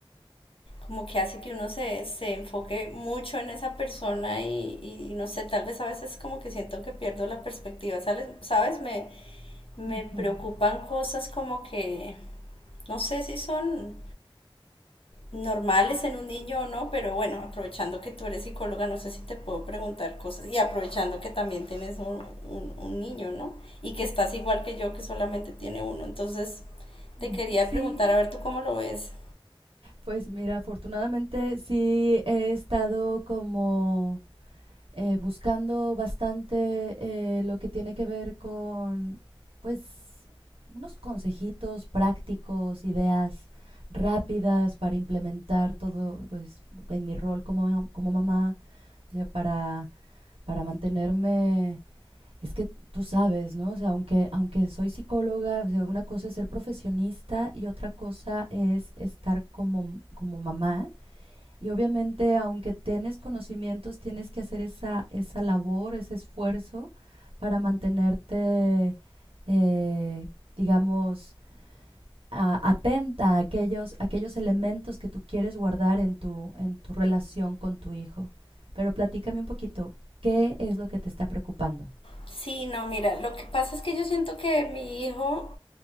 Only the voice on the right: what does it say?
Ujú,
ujú.
Sí,
pues mira, afortunadamente sí he estado como eh, buscando bastante eh, lo que tiene que ver con, pues, unos consejitos prácticos, ideas rápidas para implementar todo pues, en mi rol como, como mamá, o sea, para, para mantenerme, es que tú sabes, ¿no? O sea, aunque, aunque soy psicóloga, o sea, una cosa es ser profesionista y otra cosa es estar como, como mamá y obviamente, aunque tienes conocimientos, tienes que hacer esa, esa labor, ese esfuerzo para mantenerte, eh, digamos, a- atenta a aquellos, aquellos elementos que tú quieres guardar en tu, en tu relación con tu hijo. Pero platícame un poquito, ¿qué es lo que te está preocupando?